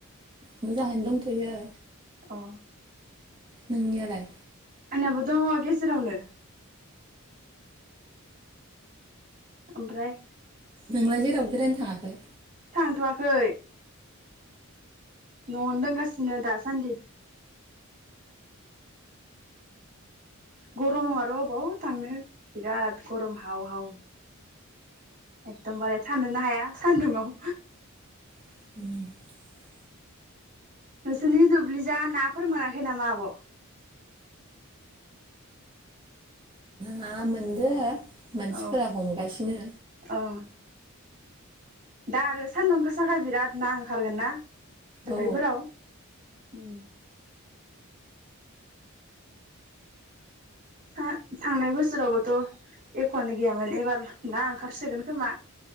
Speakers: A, on the right; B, on the right.
A: मोजाङैनो दंथ'यो।
B: अ
A: नोंनियालाय?
B: आंनाबो दङ गेजेरावनो। ओमफ्राय
A: नोंलाय जेरावबो बेरायनो थाङाखै?
B: थांथ'वाखै। न'आवनो दंगासिनो दासान्दि। गरमाव आरो अबाव थांनो। बिराद गरम हाव हाव। एकदमबारे थानोनो हाया सान्दुंआव।
A: <inaudible>
B: नोंसोरनि दुब्लिजा नाफोर मोनाखै नामा आब'?
A: ना मोनदो। मानसिफोरा
B: औ
A: हमगासिनो
B: ओं दा आरो सान्दुं गोसाखाय बिराद ना ओंखारगोन ना? दुब्लिफोराव
A: औ
B: उम था थांनाय बोसोरावबोथ' एक'आनो गैयामोन एबार ना ओंखारसोगोन खोमा।